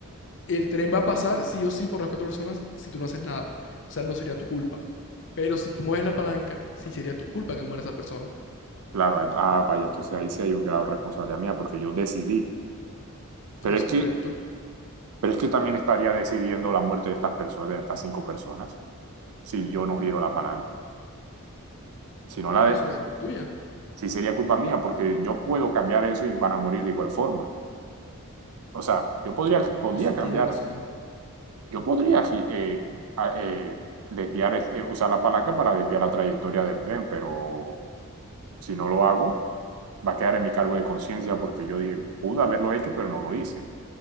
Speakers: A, on the left (about 55°); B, on the right (about 75°).
A: El tren va a pasar sí o sí por las cuatro personas si tú no haces nada. O sea, no sería tu culpa. Pero si tú mueves la palanca, sí sería tu culpa que muera esa persona.
B: claro, ent- ah, vaya, entonces ahí sí hay un grado de responsabilidad mía porque yo decidí.
A: Es
B: Pero es
A: correcto.
B: que, pero es que también estaría decidiendo la muerte de estas personas, de estas cinco personas, si yo no giro la palanca. Si no
A: Pero
B: la,
A: no
B: de-
A: sería culpa tuya.
B: sí sería culpa mía, porque yo puedo cambiar eso y van a morir de igual forma. O sea, yo podría, podría
A: Bueno, sí
B: cambiar,
A: tienes razón.
B: yo podría eh, a- eh, desviar, eh, usar la palanca para desviar la trayectoria del tren, pero si no lo hago, va a quedar en mi cargo de conciencia porque yo dije, pude haberlo hecho, pero no lo hice.